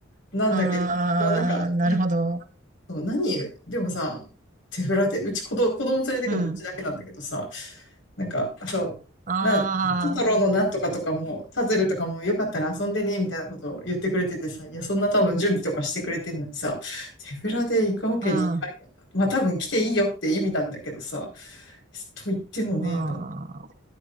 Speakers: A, on the left; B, on the right.
A: う。なんだけど、
B: ああ、
A: もうなんか、
B: なるほど。
A: いや、何、でもさ、手ぶらで、うち子供、子供連れてくのうちだけなんだけどさ、
B: うん。
A: なんか、そう、
B: あ
A: な、トトロのなんとかとかも、パズルとかもよかったら遊んでね、みたいなことを言ってくれててさ、いや、そんな多分準備とかしてくれてんのにさ、手ぶらで行くわけにいかないよな。
B: あ、
A: まあ多分来ていいよって意味なんだけどさ、と言ってもね、
B: うん。まあ、
A: と。